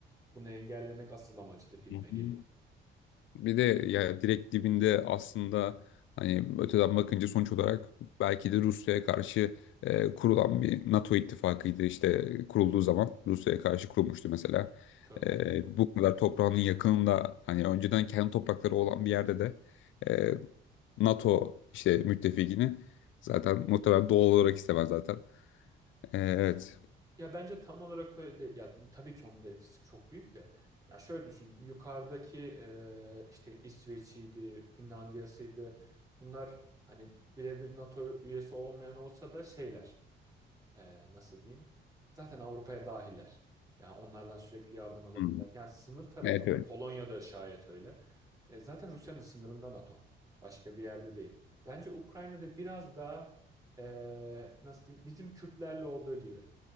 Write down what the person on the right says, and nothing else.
Bunu engellemek asıl amacıdır gibime
geliyor.
Tabii
ki.
Ya bence tam olarak öyle. Ya tabii ki onun da etkisi çok büyük de. Ya şöyle düşün. Yukarıdaki e, işte İsveç'iydi, Finlandiya'sıydı. Bunlar hani birebir NATO üyesi olmayan olsa da şeyler. e, nasıl diyeyim zaten Avrupa'ya dahiller. Yani onlardan sürekli yardım alabilirler.
Yani sınır tarafında
Polonya'da şayet öyle. E, zaten Rusya'nın sınırında NATO. Başka bir yerde değil. Bence Ukrayna'da biraz daha e, nasıl diyeyim bizim Kürtlerle olduğu gibi.